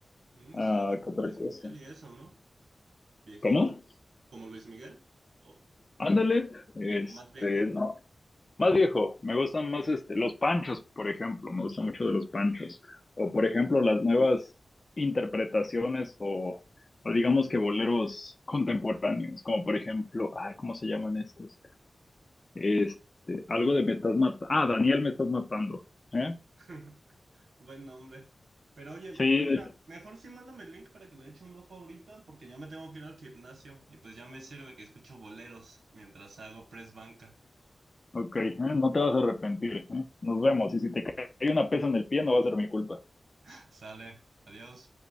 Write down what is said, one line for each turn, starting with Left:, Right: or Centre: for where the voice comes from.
Right: Mm,
Left: ah,
Right: suave.
Left: ¿qué otra
Right: Luis
Left: cosa?
Right: Miguel y eso, ¿no? Viejito.
Left: ¿Cómo?
Right: ¿Como Luis Miguel? ¿O,
Left: Ándale, este,
Right: o más viejo?
Left: no, más viejo, me gustan más este, los panchos, por ejemplo, me gusta mucho de los panchos, o por
Right: Ujú.
Left: ejemplo las nuevas interpretaciones o, o digamos que boleros contemporáneos, como por ejemplo, ay, ¿cómo se llaman estos? Este, algo de me estás matando, ah, Daniel me estás matando, ¿eh?
Right: <laughs> Buen nombre. Pero oye,
Left: Sí,
Right: mira, mejor sí mándame el link para que le eche un ojo ahorita, porque ya me tengo que ir al gimnasio y pues ya me sirve que escucho boleros mientras hago press banca.
Left: Ok, ¿eh? No te vas a arrepentir, ¿eh? Nos vemos. Y si te cae una pesa en el pie, no va a ser mi culpa.
Right: <laughs> Sale, adiós.